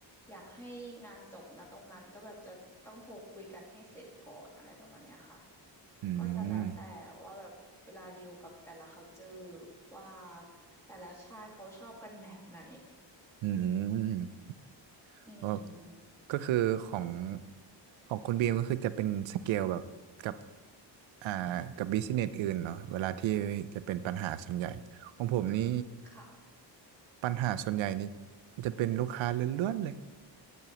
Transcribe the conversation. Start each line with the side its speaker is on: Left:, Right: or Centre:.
Centre: อยากให้งานจบนะตรงนั้นก็แบบจะต้องโทรคุยกันให้เสร็จก่อนอะไรประมาณเนี้ยค่ะ
Right: อื
Centre: ก็จะแล้วแต่ว่าแบบเวลาดีลกับแต่ละ
Right: ม
Centre: culture ว่าแต่ละชาติเขาชอบกันแบบไหน
Right: อืม
Centre: อืม
Right: เออก็คือของของคุณบีมก็คือจะเป็นสเกลแบบกับอ่ากับบิสเนสอื่นเนาะเวลาที่จะเป็นปัญหาส่วนใหญ่ของผมนี่
Centre: ค่ะ
Right: ปัญหาส่วนใหญ่นี่จะเป็นลูกค้าล้วนๆเลย